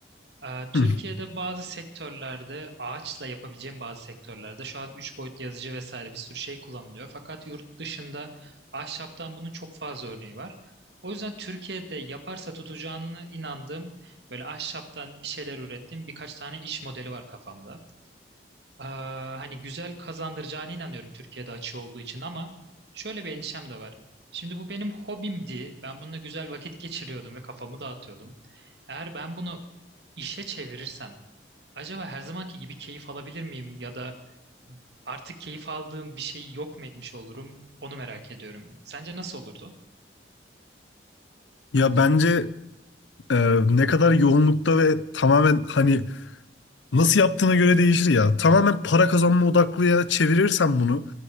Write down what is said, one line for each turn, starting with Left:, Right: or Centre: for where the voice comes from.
Right: Ee, Türkiye'de
Left: Hı.
Right: bazı sektörlerde ağaçla yapabileceğim bazı sektörlerde şu an 3 boyutlu yazıcı vesaire bir sürü şey kullanılıyor. Fakat yurt dışında ahşaptan bunun çok fazla örneği var. O yüzden Türkiye'de yaparsa tutacağını inandığım böyle ahşaptan bir şeyler ürettiğim birkaç tane iş modeli var kafamda. Ee, hani güzel kazandıracağına inanıyorum Türkiye'de açığı olduğu için ama şöyle bir endişem de var. Şimdi bu benim hobimdi. Ben bununla güzel vakit geçiriyordum ve kafamı dağıtıyordum. Eğer ben bunu işe çevirirsem acaba her zamanki gibi keyif alabilir miyim ya da artık keyif aldığım bir şey yok mu etmiş olurum? Onu merak ediyorum. Sence nasıl olurdu?
Left: Ya bence e, ne kadar yoğunlukta ve tamamen hani nasıl yaptığına göre değişir ya. Tamamen para kazanma odaklıya çevirirsen bunu